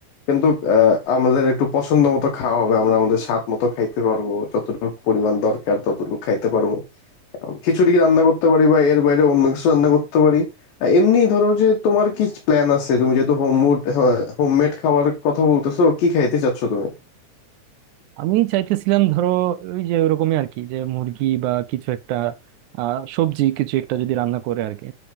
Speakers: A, on the left; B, on the right.
A: কিন্তু আহ, আমাদের একটু পছন্দ মতো খাওয়া হবে আমরা আমাদের স্বাদ মতো খাইতে পারবো যতটুকু পরিমাণ দরকার ততটুকু খাইতে পারবো এখন খিচুড়ি রান্না করতে পারি বা এর বাইরে অন্য কিছু রান্না করতে পারি আহ, এমনি ধরো যে তোমার কি প্ল্যান আছে তুমি যেহেতু হোমমেড হোমমেড খাওয়ার কথা বলতেছো কি খাইতে চাচ্ছো তুমি
B: আমি চাইতেছিলাম ধরো ওই যে ওরকমই আর কি যে মুরগি বা কিছু একটা আহ সবজি কিছু একটা যদি রান্না করে আর কি